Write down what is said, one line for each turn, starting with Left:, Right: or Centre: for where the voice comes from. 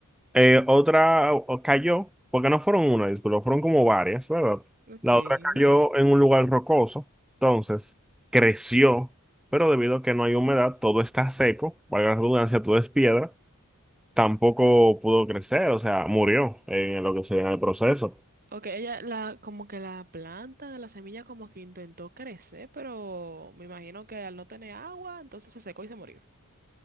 Centre: eh, otra o- cayó, porque no fueron una, disculpa, fueron como varias, ¿verdad?
Right: Ok.
Centre: La otra cayó en un lugar rocoso, entonces creció, pero debido a que no hay humedad, todo está seco, valga la redundancia, todo es piedra, tampoco pudo crecer, o sea, murió en lo que sería el proceso.
Right: Ok, ella la, como que la planta de la semilla como que intentó crecer, pero me imagino que al no tener agua, entonces se secó y se murió.